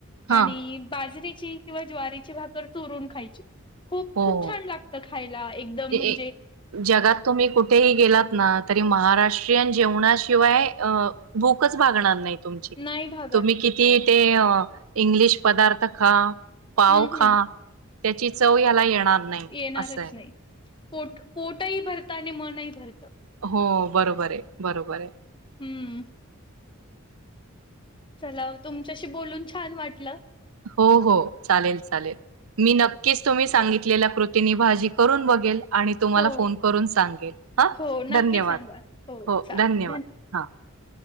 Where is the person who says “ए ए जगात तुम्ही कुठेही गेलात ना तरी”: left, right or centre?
Right